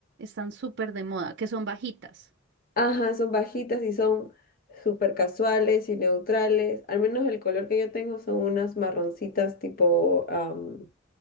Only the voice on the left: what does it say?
Ajá, son bajitas y son súper casuales y neutrales. Al menos el color que yo tengo son unas marroncitas tipo am,